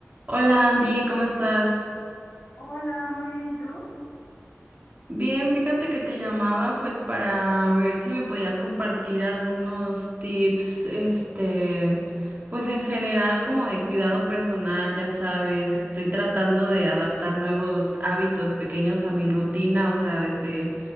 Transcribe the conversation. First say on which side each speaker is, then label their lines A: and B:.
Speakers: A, on the right; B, on the left.
A: Hola Andy, ¿cómo estás?
B: Hola, muy bien, ¿y tú?
A: Bien, fíjate que te llamaba pues para ver si me podías compartir algunos tips, este, pues en general como de cuidado personal, ya sabes, estoy tratando de adaptar nuevos hábitos pequeños a mi rutina, o sea, desde,